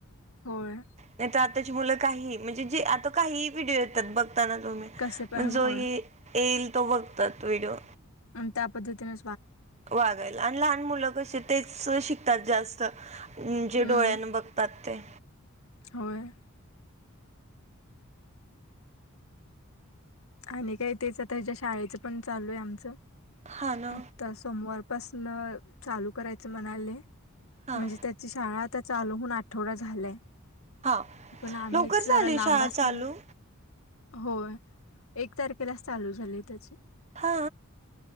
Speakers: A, on the left (about 75°); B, on the right (about 30°).
A: होय.
B: नाही तर आताची मुलं काही म्हणजे जे आता काही व्हिडिओ येतात बघताना तुम्ही
A: कसे पण
B: म्हण जो
A: होय
B: येईल तो बघतात व्हिडिओ.
A: अन् त्या पद्धतीन
B: वागायला आणि लहान मुलं कशी तेच शिकतात जास्त जे
A: हम्म
B: डोळ्यान बघतात ते.
A: होय. आणि काय तेच आता हच्या शाळेचं पण चालू आहे आमचं.
B: हां ना
A: आता सोमवारपासन चालू करायचं म्हणाले.
B: हां
A: म्हणजे त्याची शाळा आता चालूहून आठवडा झालाय.
B: हां
A: पण आम्हीच
B: लवकर झाली
A: जरा लांब
B: शाळा
A: असल
B: चालू
A: मग होय. एक तारखेला चालू झाले त्याचे.
B: हा